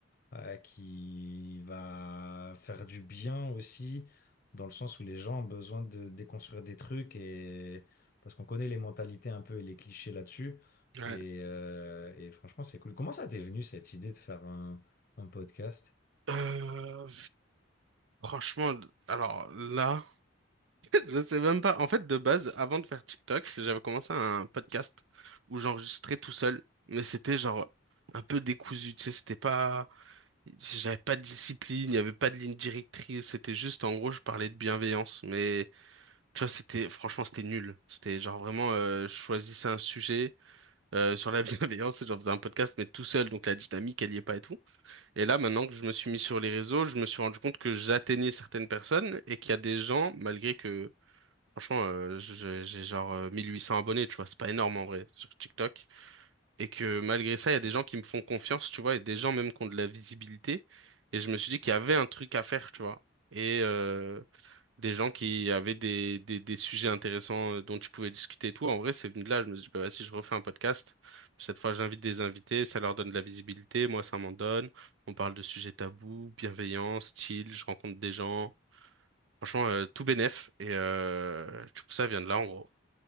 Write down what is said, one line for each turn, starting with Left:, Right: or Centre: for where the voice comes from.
Left: euh, qui va faire du bien aussi, dans le sens où les gens ont besoin de déconstruire des trucs et parce qu'on connaît les mentalités un peu et les clichés là-dessus.
Right: Ouais.
Left: Et, euh, et franchement, c'est cool. Comment ça t'est venu cette idée de faire un, un podcast?
Right: Euh, franchement, alors là, <laughs> je sais même pas. En fait, de base, avant de faire TikTok, j'avais commencé un podcast où j'enregistrais tout seul, mais c'était genre un peu décousu, tu sais, c'était pas, j'avais pas de discipline, il y avait pas de ligne directrice, c'était juste, en gros, je parlais de bienveillance, mais Tu vois, c'était franchement c'était nul. C'était genre vraiment euh, je choisissais un sujet euh, sur la <laughs> bienveillance et j'en faisais un podcast mais tout seul donc la dynamique elle y est pas et tout. Et là maintenant que je me suis mis sur les réseaux, je me suis rendu compte que j'atteignais certaines personnes et qu'il y a des gens malgré que franchement euh, je- je- j'ai genre euh, 1800 abonnés, tu vois, c'est pas énorme en vrai sur TikTok et que malgré ça il y a des gens qui me font confiance, tu vois, et des gens même qui ont de la visibilité et je me suis dit qu'il y avait un truc à faire, tu vois. Et euh, des gens qui avaient des, des, des sujets intéressants euh, dont tu pouvais discuter et tout. En vrai, c'est venu de là. Je me suis dit, bah, si je refais un podcast, cette fois, j'invite des invités, ça leur donne de la visibilité, moi, ça m'en donne. On parle de sujets tabous, bienveillants style, je rencontre des gens. Franchement, euh, tout bénef. Et euh, du coup, ça vient de là, en gros.